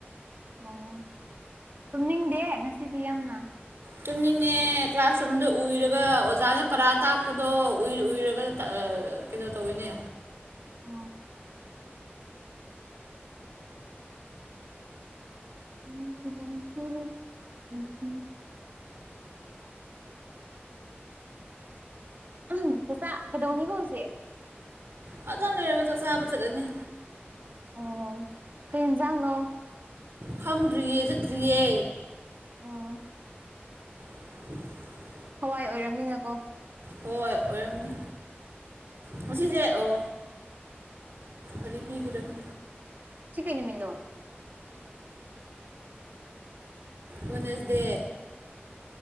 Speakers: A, on the right; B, on the right.
A: ꯑꯣ ꯇꯨꯝꯅꯤꯡꯗꯦ ꯉꯁꯤꯗꯤ ꯌꯥꯝꯅ
B: ꯆꯨꯝꯅꯤꯡꯉꯦ ꯀ꯭ꯂꯥꯁꯔꯨꯝꯗ ꯎꯏꯔꯒ ꯑꯣꯖꯥꯅ ꯄꯔꯥ ꯇꯥꯛꯄꯗꯣ ꯎꯔ ꯎꯏꯔꯒ ꯀꯩꯅꯣ ꯇꯧꯋꯤꯅꯦ
A: ꯑ ꯎꯝꯝꯝ ꯎꯝ ꯆꯁ ꯀꯗꯧꯅꯤꯕꯥꯎꯁꯦ
B: ꯍꯖꯅ ꯂꯩꯒ ꯇꯁ ꯑꯕꯠꯇꯗꯅꯤ
A: ꯑꯣ ꯀꯩꯅꯖꯪꯅꯣ
B: ꯈꯪꯗ꯭ꯔꯤꯌꯦ ꯆꯠꯇ꯭ꯔꯤꯌꯦ
A: ꯑꯣ
B: <inaudible>
A: ꯍꯋꯥꯏ ꯑꯣꯏꯔꯕꯝꯅꯤꯅꯀꯣ
B: ꯍꯣꯏ ꯑꯣꯏꯔꯝꯅꯤ ꯉꯁꯦ ꯑꯣ ꯑꯔꯤꯕꯤꯒ꯭ꯔꯕꯨ
A: ꯁꯤ ꯀ ꯅꯨꯃꯤꯅꯣ
B: ꯋꯟꯅꯁ ꯗꯦ